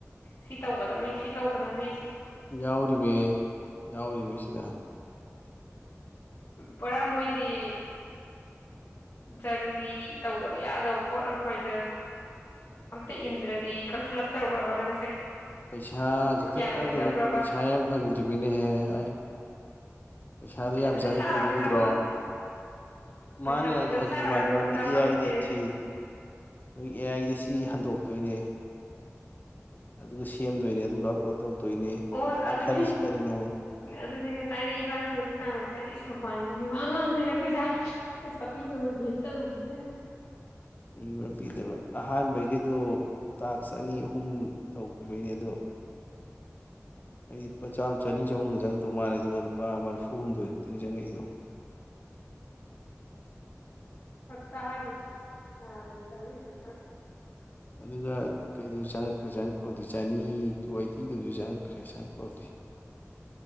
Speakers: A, on the left; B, on the left.
A: ꯁꯤ ꯇꯧꯒꯗꯝꯕꯅꯤ ꯁꯤ ꯇꯧꯒꯗꯝꯕꯅꯤ꯫
B: ꯌꯥꯎꯔꯤꯃꯦ ꯌꯥꯎꯔꯤꯃꯦ ꯁꯤꯗ꯫
A: ꯄꯨꯔꯥ ꯃꯣꯏꯗꯤ꯫ ꯖꯔꯨꯔꯤ ꯇꯧꯗꯕ ꯌꯥꯗꯕ ꯄꯣꯠ ꯑꯃꯈꯣꯏꯗ ꯑꯝꯇ ꯏꯟꯗ꯭ꯔꯗꯤ ꯀꯛꯊꯠꯂꯛꯇ꯭ꯔꯔꯕ꯭ꯔꯕ ꯅꯪꯁꯦ꯫
B: ꯄꯩꯁꯥ ꯀꯛꯊꯠꯄꯅꯗꯦꯅꯦ
A: ꯌꯥꯔꯛꯑꯣꯏꯗꯧꯔꯕ꯭ꯔꯕ
B: ꯄꯩꯁꯥ ꯌꯥꯝ ꯐꯪꯗ꯭ꯔꯤꯃꯤꯅꯦꯍꯦ ꯑꯩ꯫ ꯄꯩꯁꯥꯗꯨꯣ
A: ꯐꯖꯅ
B: ꯌꯥꯝ ꯆꯪꯉꯛꯇ꯭ꯔꯤꯗꯨ
A: ꯁꯥꯔꯒ ꯄꯩꯁꯥ
B: ꯎꯗ꯭ꯔꯣ
A: ꯐꯪ
B: ꯃꯥꯅꯦ
A: ꯄꯩꯁꯥ
B: ꯑꯩ
A: ꯐꯖꯅ
B: ꯐꯥꯀꯤ
A: ꯁꯥꯔꯒꯔꯣ
B: ꯃꯥꯟ ꯃꯥꯅꯦ
A: ꯄꯩꯁꯥ
B: ꯑꯦ
A: ꯐꯪꯉꯤꯁꯦ
B: ꯑꯥꯏꯅꯦ ꯁꯤ <unintelligible> ꯑꯦ ꯑꯥꯏꯗ ꯁꯤ꯫ ꯏ ꯍꯟꯗꯣꯛꯇꯣꯏꯅꯦ꯫ ꯑꯗꯨꯒ ꯁꯦꯝꯗꯣꯏꯅꯦ ꯑꯗꯨꯒ ꯑꯞꯂꯣꯗ ꯇꯧꯗꯣꯏꯅꯦ
A: ꯑꯣ ꯑꯣꯁ
B: ꯅꯪ
A: ꯑꯗꯨꯗꯤ
B: ꯈꯜꯂꯤꯁꯤ ꯀꯔꯤꯅꯣ
A: ꯑꯗꯨꯗꯤ ꯉꯁꯥꯏ ꯑꯩꯅ ꯏꯕꯥꯅꯤ ꯋꯥꯔꯤ ꯁꯥꯟꯅꯁꯦ ꯍꯤꯁ ꯃꯕꯥꯅꯤ꯫ ꯃꯤ ꯋꯥ ꯉꯥꯡꯅꯔꯦ ꯄꯩꯁꯥ ꯄꯩꯁꯥ ꯄꯤꯔꯔꯣꯏꯒꯦꯅ ꯇꯧꯔꯃꯅꯦ꯫
B: ꯄꯤꯕ꯭ꯔꯥ ꯄꯤꯗꯕ ꯑꯍꯥꯟꯕꯒꯤ꯫ ꯗꯨ ꯇꯥꯛꯁ ꯑꯅꯤ ꯑꯍꯨꯝ꯫ ꯇꯧꯈꯤꯕꯩꯅꯦ ꯑꯗꯣ꯫ ꯑꯩ ꯂꯨꯄꯥ ꯆꯥꯝꯃ ꯆꯅꯤ ꯆꯍꯨꯝꯒ ꯆꯪꯉꯛꯇꯧ ꯃꯥꯜꯂꯦ ꯑꯗꯨꯒ ꯂꯨꯄꯥ ꯃ꯭ꯔꯐꯨ ꯍꯨꯝꯗꯣꯏ ꯈꯛꯇꯪ ꯆꯪꯉꯛꯏꯗꯣ꯫
A: ꯐꯠꯇ ꯍꯥꯏ <unintelligible> ꯏꯗꯨ ꯈꯔ꯫
B: ꯑꯗꯨꯒ ꯀꯩꯗꯨ ꯆꯪꯉꯛꯈ꯭ꯔꯦ ꯆꯪꯉꯛꯄꯕꯨꯗꯤ ꯆꯅꯤ ꯇꯨ ꯑꯩꯇꯤꯗꯕꯨꯗꯤ ꯆꯪꯉꯛꯈ꯭ꯔꯦ ꯆꯪꯉꯛꯄꯕꯨꯗꯤ